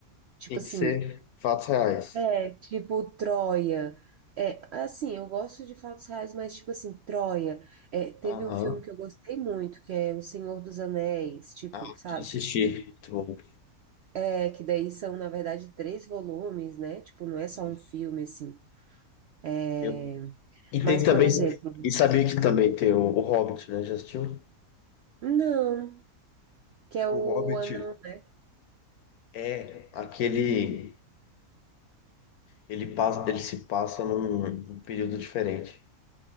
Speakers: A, on the right; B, on the left.
A: tipo
B: Tem
A: assim,
B: que ser fatos reais.
A: é, tipo Troia. É, assim, eu gosto de fatos reais, mas tipo assim, Troia. É, teve
B: Aham.
A: um filme que eu gostei muito, que é O Senhor dos Anéis, tipo,
B: Ah,
A: sabe?
B: que assistir. Muito bom.
A: É, que daí são, na verdade, três volumes, né? Tipo, não é só
B: Isso.
A: um filme, assim. É,
B: Eu- E tem
A: Mas,
B: também,
A: por exemplo,
B: e sabia que também tem o, o Hobbit, né? Já assistiu?
A: Não, que é o
B: O Hobbit
A: anão. né?
B: é aquele. Ele passa, ele se passa num, num período diferente.